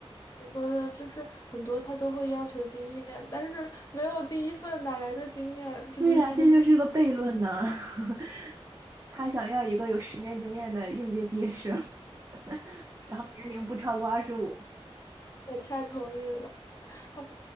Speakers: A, on the left (about 35°); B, on the right (about 30°).
A: 你说的就是很多他都会要求经验，但是没有第一份哪来的经验？这就是一个
B: 对呀，这就是个悖论呐、<laughs> 他想要一个有十年经验的应届毕业生，<laughs> 然后年龄不超过二十五。
A: 我太同意了。好吧，